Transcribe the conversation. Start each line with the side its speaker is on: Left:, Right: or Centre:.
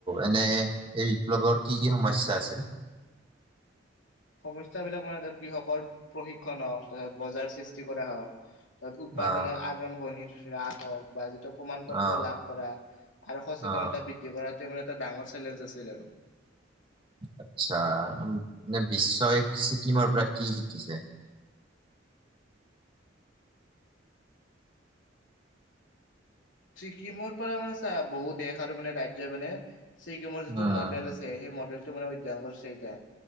Right: এনে এই বিপ্লৱৰ কি কি সমস্যা আছিল
Left: সমস্যাবিলাক মানে ত কৃষকৰ প্ৰশিক্ষণ হওক তাৰছত বজাৰ সৃষ্টি কৰা হওক তাত উৎপাদনৰ
Right: অ
Left: আৰদম্ভণি হ্ৰাস হওক বা যিটো প্ৰমাণ পত্ৰ
Right: অ
Left: লাভ কৰা আৰু সচেতনতা
Right: অ
Left: বৃদ্ধি কৰাটো মানে এটা ডাঙৰ চেলেঞ্জ আছিল আৰু
Right: আত্ছা মানে বিশ্বই ছিকিমৰ পৰা কি শিকিছে
Left: ছিকিমৰ পৰা মানে চা বহুত দেশ আৰু মানে ৰাজ্যই মানে ছিকিমৰ
Right: উম
Left: যিটো মডেল আছে সেই মডেল টো মানে অধ্যয়ন কৰিছে এতিয়া